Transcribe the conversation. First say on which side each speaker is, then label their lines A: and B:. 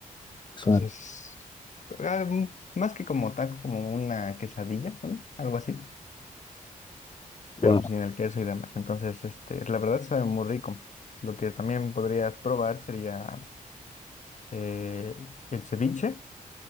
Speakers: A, on the left; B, on the left.
A: Es
B: Entonces,
A: una-
B: ah, mm, más que como taco, como una quesadilla, ¿no? Algo así,
A: Wow.
B: pero pues sin el queso y demás. Entonces, este, la verdad sabe muy rico. Lo que también podrías probar sería eh, el ceviche,